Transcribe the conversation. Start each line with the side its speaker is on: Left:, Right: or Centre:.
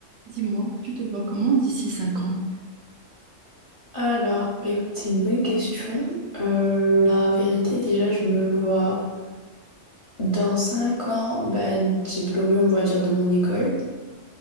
Right: Dis-moi, tu te vois comment d'ici 5 ans?
Left: Alors, bah écoute, c'est une bonne question. Euh, la vérité, déjà, je me vois dans 5 ans, bah, diplômée, on va dire, de mon école,